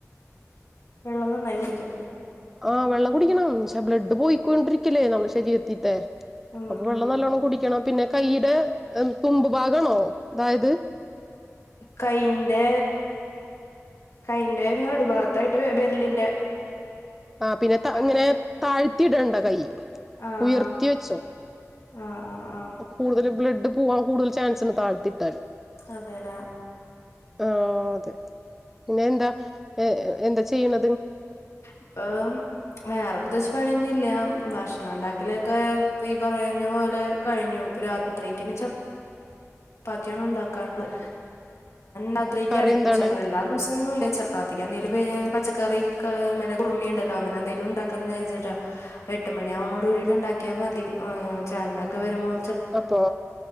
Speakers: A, on the left (about 60°); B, in the centre.
A: വെള്ളം നന്നായി കുടിക്കാ
B: ആഹ് വെള്ളം കുടിക്കണം ഷേ ബ്ലഡ് പോയിക്കൊണ്ടിരിക്കല്ലേ നമ്മുടെ ശരീരതീത്തെ
A: ഉം
B: അപ്പൊ
A: ഉം
B: വെള്ളം നല്ലോണ്ണം കുടിക്കണം പിന്നെ കൈടെ തുമ്പ് ഭാഗണോ ഇതായത്
A: കൈയിന്റെ കൈയിന്റെ നടു ഭാത്തായിട്ട് വെരലിന്റെ
B: ആ പിന്നെ ത
A: കത്തി
B: ഇങ്ങനെ താഴ്ത്തി ഇടണ്ട കൈ
A: ആഹ്
B: ഉയർത്തി വെച്ചോ
A: ആഹ് ആഹ് ആഹ്
B: കൂടുതൽ ബ്ലഡ് പൂവാൻ കൂടുതൽ ചാൻസ് ണ്ട് താഴ്ത്തിട്ടാല്
A: അതെല്ലേ
B: ആ അതെ പിന്നെ എന്താ എന്താ ചെയ്യണ
A: ഇപ്പ വേറെ പ്രത്യേയിച്ച് പണിയൊന്നുംഇല്ല ഭക്ഷണം ണ്ടാക്കല്ക്കെ പ്പ ഈ പറഞ്ഞ പോലെ കഴിഞ്ഞു രാത്രിക്ക് ഇനി ച പ്പാത്തിആണ് ണ്ടാക്കാൻ ള്ളത് രാത്രിക്ക്‌
B: കറി
A: എടക്ക്
B: എന്താണ്
A: ചെലവല്ലാ ദിവസോം ഒന്നും ഇല്ല ചപ്പാത്തിക്ക് എന്തെലും വെ പച്ചക്കറി ക് മറ്റേ കുറുമേണ്ടല്ലോ അങ്ങനെ എന്തെലും ഉണ്ടാക്കാന്ന് വിചാരിച്ച് എട്ട് മണിവ്ണോട് കൂടിട്ട് ഉണ്ടാക്കിയാ മതി ചേട്ടനൊക്കെ വരുമ്പം
B: അപ്പൊ